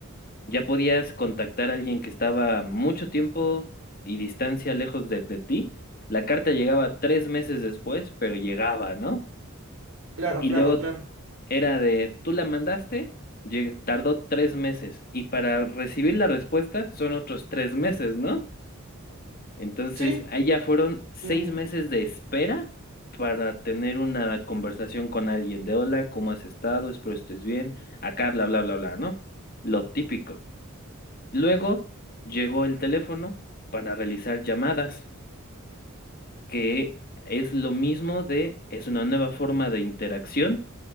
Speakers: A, on the left; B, on the right.
A: Ya podías contactar a alguien que estaba mucho tiempo y distancia lejos de, de ti. La carta llegaba tres meses después, pero llegaba, ¿no?
B: claro,
A: Y
B: claro,
A: luego
B: claro.
A: era de, tú la mandaste, lleg- tardó tres meses. Y para recibir la respuesta son otros tres meses, ¿no? Entonces,
B: Sí,
A: allá fueron seis
B: mm,
A: meses de espera para tener una conversación con alguien de, hola, ¿cómo has estado? Espero estés bien. Acá, bla, bla, bla, bla, ¿no? Lo típico. Luego llegó el teléfono para realizar llamadas, que es lo mismo de, es una nueva forma de interacción